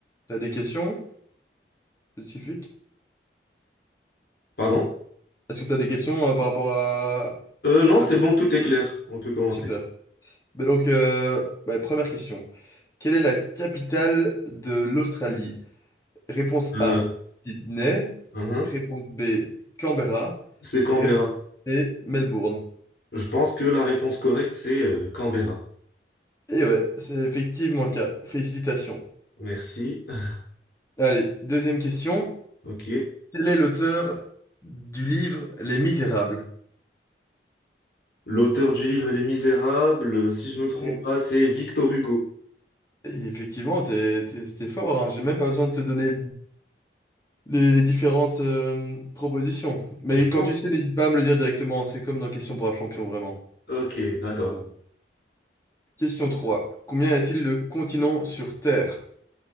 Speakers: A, on the left (about 20°); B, on the left (about 60°).
A: T'as des questions spécifiques?
B: Pardon?
A: Est-ce que t'as des questions euh, par rapport à
B: Euh, non,
A: à...
B: c'est bon, tout est clair. On peut commencer.
A: Super. Mais donc, euh, ouais, première question. Quelle est la capitale de l'Australie? Réponse
B: Euh,
A: A, Sydney.
B: uhum,
A: Réponse B, Canberra.
B: C'est Canberra.
A: Et réponse C, Melbourne.
B: Je pense que la réponse correcte, c'est euh, Canberra.
A: Et ouais, c'est effectivement le cas. Félicitations.
B: Merci. <laughs>
A: Allez, deuxième question.
B: Ok.
A: Quel est l'auteur du livre Les Misérables?
B: L'auteur du livre Les Misérables, euh, si je me trompe
A: Et
B: pas, c'est Victor Hugo.
A: effectivement, t'es, t'es- t'es fort, hein. J'ai même pas besoin de te donner les, les différentes euh, propositions. Mais
B: Je pense.
A: quand tu sais, n'hésite pas à me le dire directement. C'est comme dans Question pour un champion, vraiment.
B: Ok, d'accord.
A: Ok. Question 3. Combien y a-t-il de continents sur Terre?